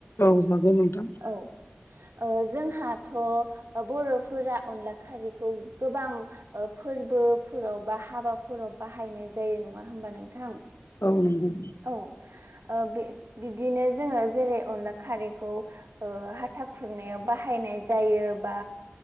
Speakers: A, on the left (about 80°); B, on the right (about 80°).
A: औ जागोन नोंथां।
B: औ ओ जोंहाथ' बर'फोरा अनला खारैखौ गोबां फोरबोफोराव बा हाबाफोराव बाहायनाय जायो न नङा हबा नोंथां
A: औ नंगौ
B: औ बे बिबदिनो जोङो जेरै अनला खारैखौ ओ हाथा खुरनायाव बाहायनाय जायो बा